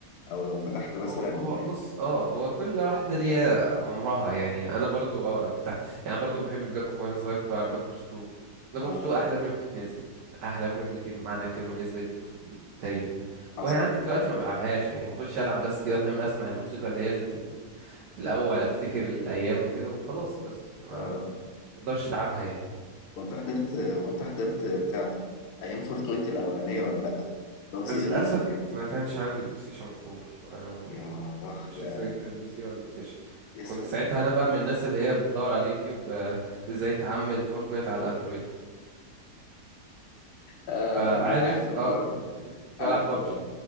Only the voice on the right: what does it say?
هو هو بص اه هو كل واحده ليها عمرها يعني انا برضو اه لو فتحت يعني برضو بحب بلاك وانا صغير كنت بلعب بلاك اوبس 2 بلاك
اوبس 2 احلى كول اوف ديوتي نزلت احلى كول اوف ديوتي بمعنى الكلمه نزلت في التاريخ
وهي عندي دلوقتي ما بلعبهاش يعني بخش العب بس كده فاهم اسمع الموسيقى اللي هي اللي في ال... في الاول افتكر الايام وكده وخلاص بس ما
اقدرش العبها يعني
للأسف
ما كانش عندي بلاي ستيشن 4 أنا ما
كنتش
لسه جبت بي سي ولا بلاي ستيشن
كنت ساعتها أنا بقى من الناس اللي هي بتدور على اليوتيوب آه، إزاي تعمل فورتنايت على الأندرويد
فعارف
أه كنت
بلعب بابجي